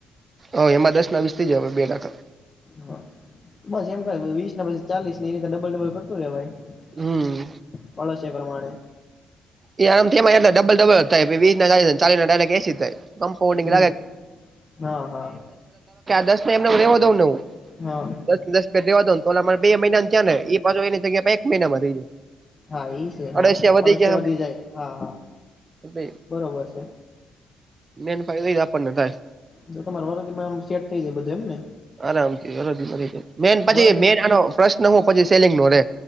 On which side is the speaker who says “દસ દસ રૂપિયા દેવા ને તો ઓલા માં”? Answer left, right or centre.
Right